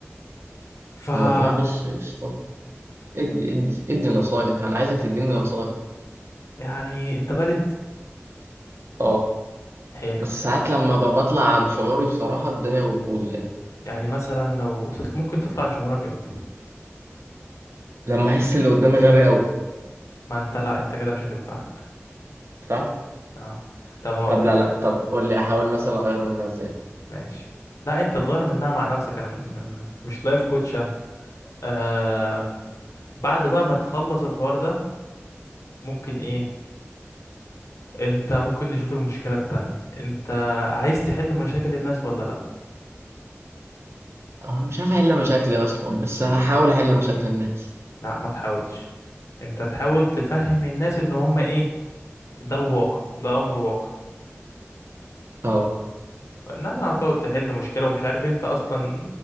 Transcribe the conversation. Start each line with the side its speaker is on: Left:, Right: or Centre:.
Left: فقول
Right: والله بص يا اسطى ادي ادي ادي نصايح انا عايزك تديني نصايح
Left: يعني انت بارد
Right: اه
Left: حلو
Right: بس ساعات لما ب- بطلع عن شعوري بصراحة الدنيا بتبوظ يعني
Left: يعني مثلا لو تطل... ممكن تطلع عن شعورك امتى
Right: لما أحس اللي قدامي غبي أوي
Left: ما انت لا انت كده مش هتنفعك
Right: صح؟
Left: اه طب هقول
Right: طب لا
Left: لك
Right: لا طب قول لي أحاول مثلا أغير منها إزاي؟
Left: ماشي لا انت تغير منها مع نفسك انا م- م- مش لايف كوتش انا آه بعد بقى ما تخلص الحوار ده ممكن ايه انت ممكن نشوف المشكلة التانية انت عايز تحل مشاكل الناس ولا لا
Right: أو أنا مش عارف أحل مشاكلي أصلا بس هحاول أحل مشاكل الناس
Left: لا ما تحاولش انت تحاول تفهم الناس ان هم ايه ده الواقع ده امر واقع
Right: أه
Left: انما هتقعد تحل مشكلة ومش عارف انت اصلا